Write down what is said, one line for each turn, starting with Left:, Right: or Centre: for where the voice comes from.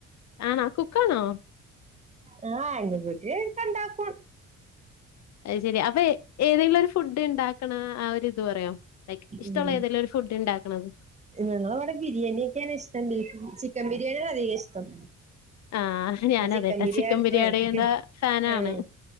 Left: ആണോ കുക്കാണോ
Right: ആഹ് <inaudible> ക്കണ്ടാക്കും.
Left: അയ് ശരി അപ്പൊ ഏതെങ്കിലും ഒരു ഫുഡ് ഉണ്ടാക്കണ ആ ഒരു ഇത് പറയോ ലൈക്ക് ഇഷ്ടോള്ള
Right: ഉം
Left: ഏതെലും ഒരു ഫുഡ് ഉണ്ടാക്കണുത്
Right: ഞങ്ങളവിടെ ബിരിയാണിയെക്കെയാണ് ഇഷ്ടം ചിക്കൻ ബിരിയാണ് അധികം ഇഷ്ടം
Left: ആഹ്
Right: അപ്പ
Left: ഞാനതേട്ടാ
Right: ചിക്കൻ ബിരിയാണി
Left: ബിരിയാണിയുടെ
Right: ആഹ് ചിക്കൻ
Left: ഫാനാണ്
Right: ആഹ്